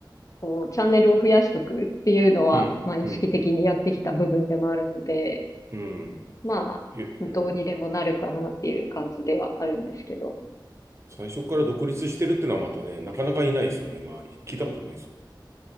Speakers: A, on the left (about 45°); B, on the right (about 35°).
A: こう、チャンネルを増やしとくっていうのは、
B: うん、
A: まあ、意識的にやってきた部分でもあるので、
B: うん、うん、うん、
A: まあ、
B: いえうん。
A: どうにでもなるかなっていう感じではあるんですけど。
B: 最初から独立してるっていうのはまたね、なかなかいないですよね、周り。聞いたことないですよ。